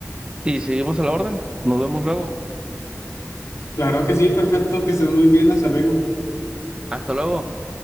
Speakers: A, on the right; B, on the left.
A: y seguimos a la orden. Nos vemos luego.
B: Claro que sí, perfecto, que estés muy bien, hasta luego.
A: Hasta luego.